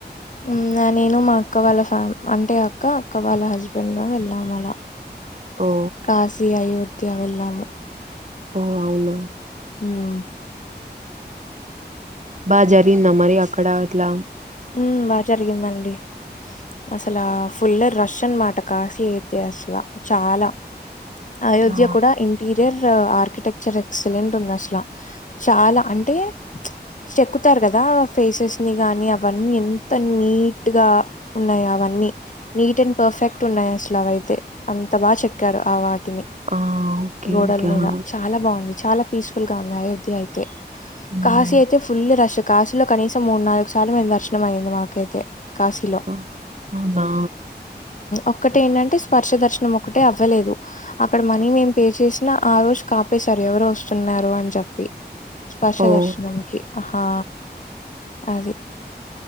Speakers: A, on the left (about 45°); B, on the right (about 45°).
A: ఇంగ నేను మా అక్క వాళ్ళ ఫ్యా అంటే అక్క అక్క వాళ్ళ హస్బెండ్ వెళ్ళాం అలా
B: ఓ
A: కాశీ అయోధ్య వెళ్ళము
B: ఓ అవునా
A: హ్
B: బాగా జరిగిందా మరి అక్కడ ఆట్లా
A: హ్ బాగా జరిగిందండి అసల ఫుల్ రష్ అన్నమాట కాశీ అయితే అసలు చాలా అయోధ్య
B: చా
A: కూడా ఇంటీరియర్ ఆర్కిటెక్చర్ ఎక్సలెంట్ ఉంది. అసలా చాలా అంటే చెక్కుతారు. కదా ఫేసెస్ ని గాని అవి అవన్నీ ఎంత నీట్గా ఉన్నాయే అవన్నీ నీట్ అండ్ పర్ఫెక్ట్ ఉన్నాయి. అసల అవైతే అంత బాగా చెక్కారు ఆ వాటిని
B: ఆ ఓకే
A: గోడల
B: ఓకే
A: మీద
B: ఆ
A: చాలా బాగుంది చాలా పీస్ఫుల్ గా ఉంది. అయోధ్య అయితే
B: ఉమ్
A: కాశీ అయితే ఫుల్ రష్ కాశీలో కనీసం మూడు నాలుగు సార్లు దర్శనం అయింది. మాకైతే కాశీలో
B: ఆ అవునా
A: ఒక్కటే ఏంటంటే స్పర్శ దర్శనం ఒకటే అవ్వలేదు అక్కడ మనీ మేం పే చేసినా ఆ రోజు ఆపేశారు ఎవరో వస్తున్నారు. అని చెప్పి స్పర్శ
B: ఓ
A: దర్శనంకి హా అది